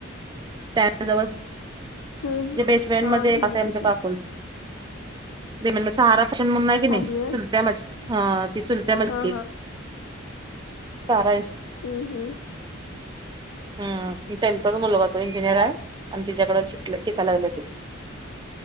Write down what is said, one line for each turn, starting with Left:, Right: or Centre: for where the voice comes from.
Right: त्याजवळे
Left: हं, हं.
Right: बेसमेंट
Left: हां,
Right: मध्ये
Left: माहिती
Right: अस आमचे
Left: आहे की.
Right: काकून म्ह सहारा फॅशन म्हणून नाही कि
Left: खाली
Right: नाही
Left: व्हय?
Right: तु त्या मा सुलजा मलके
Left: हां, हां.
Right: सारा
Left: हम्म हम्म
Right: हम् त्यांचाच मुलगा तो इंजिनियर आहे आणि तिच्याकड शिक शिकायला लागले ते आआअ